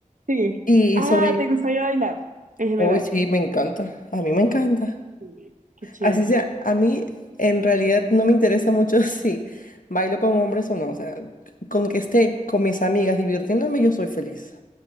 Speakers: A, on the right; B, on the left.
A: sí.
B: Y
A: Ah,
B: sobre,
A: ¿te gusta ir a bailar en general?
B: hoy sí, me encanta, a mí me encanta.
A: Sí, Qué chévere.
B: Así sea, a mí en realidad no me interesa mucho <laughs> si bailo con hombres o no, o sea, con que esté con mis amigas divirtiéndome, yo soy feliz.